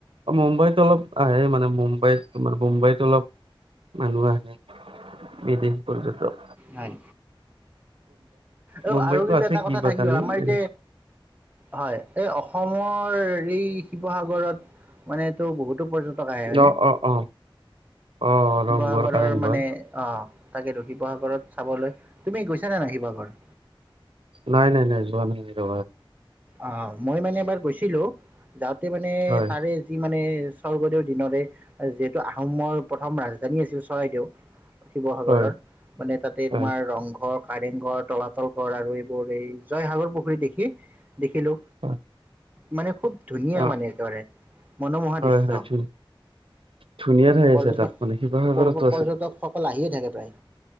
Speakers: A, on the right (about 75°); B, on the right (about 20°).
A: মুম্বাইত অলপ আহে মানে মুম্বাইত তোমাৰ মুম্বাইত অলপ মানুহ আহে বিদেশ পৰ্যত
B: হয় অ
A: মুম্বাইতো
B: আৰু কিন্তু
A: আছে
B: এটা
A: কিবা
B: কথা থাকি
A: কানি
B: গ'ল আমাৰ এই
A: এনে
B: যে হয় এই অসমৰ এই শিৱসাগৰত মানেটো বহুত পৰ্যটক আহে হয়নে
A: অ অ অ অ
B: শিৱসাগৰৰ
A: ৰংঘৰ কাৰেংঘৰ
B: মানে আহ তাকে ৰ শিৱসাগৰত চাবলৈ তুমি গৈছা নে নাই শিৱসাগৰ
A: নাই নাই নাই যোৱা ন ৰটা
B: অ মই মানে এবাৰ গৈছিলো যাওঁতে মানে
A: হয়
B: তাৰে যি মানে স্বৰ্গদেউৰ দিনৰে যিহেতু আহোমৰ প্ৰথম ৰাজধানী আছিল চৰাইদেউ শিৱসাগৰৰ
A: হয়
B: মানে তাতে
A: হয়
B: তোমাৰ ৰংঘ ঘৰ কাৰেং ঘৰ তলাতল ঘৰ আৰু এইবোৰ এই জয়সাগৰ পুখুৰী দেখি দেখিলো
A: হয়
B: মানে খুব ধুনীয়া
A: অ
B: মানে একেবাৰে মনোমোহাদৃশ্য
A: হয় হয় ধু ধুনীয়া ঠাই
B: পৰ্যটক
A: আছে তাত মানে শিৱসাগৰতো
B: পৰ্যটকসকল আহিয়ে থাকে প্ৰায়